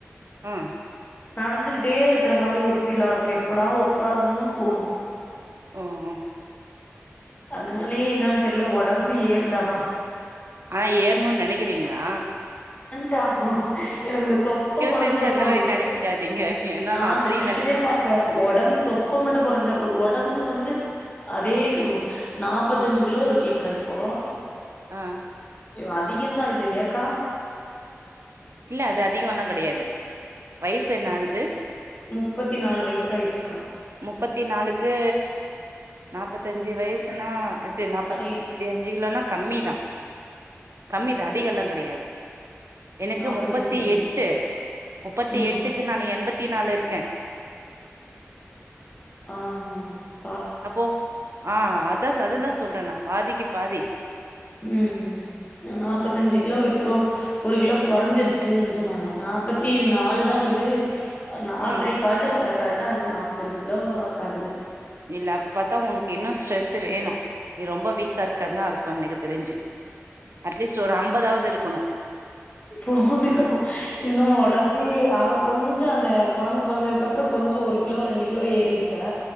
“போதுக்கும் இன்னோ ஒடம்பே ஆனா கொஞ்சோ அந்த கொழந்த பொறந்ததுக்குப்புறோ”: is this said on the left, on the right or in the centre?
Left